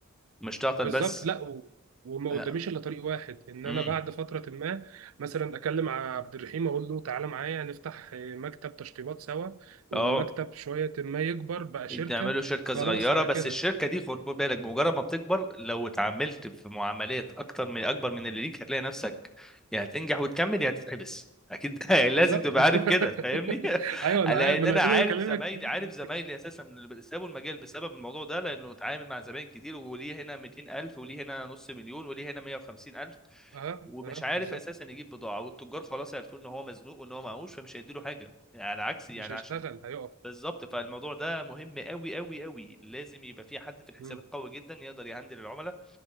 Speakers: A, in the centre; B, on the right (about 70°).
A: مش تعطل
B: بالظبط
A: بس
B: لا و... وما
A: اه
B: قداميش الا طريق واحد ان
A: امم
B: انا بعد فتره ما مثلا اكلم عبد الرحيم اقول له تعالى معايا هنفتح مكتب تشطيبات سوا والمكتب
A: اه
B: شويه ما يكبر بقى شركه
A: تعملوا شركة
B: خلاص
A: صغيرة
B: على
A: بس
B: كده
A: الشركة دي خد خد بالك بمجرد ما بتكبر لو اتعاملت في معاملات أكتر من أكبر من اللي ليك هتلاقي نفسك يا هتنجح وتكمل يا هتتحبس أكيد <laughs>
B: بالظبط
A: لازم تبقى عارف كده فاهمني
B: <laughs>
A: <laughs>
B: ايوه انا
A: لأن
B: عارف ما
A: أنا
B: أنا ده
A: عارف
B: اللي بكلمك
A: زمايلي
B: فيه
A: عارف زمايلي أساسا اللي سابوا المجال بسبب الموضوع ده لأنه اتعامل مع زباين كتير وليه هنا 200000 وليه هنا نص مليون وليه هنا 150000
B: اها
A: ومش
B: اها
A: عارف
B: بالظبط
A: اساسا يجيب بضاعه والتجار خلاص عارفين ان هو مزنوق وان هو معهوش فمش هيديله حاجه يعني على عكس يعني
B: مش هيشتغل
A: عشان
B: هيقف
A: بالظبط فالموضوع ده مهم قوي قوي قوي لازم يبقى في حد في الحسابات
B: مم.
A: قوي جدا يقدر يهندل العملاء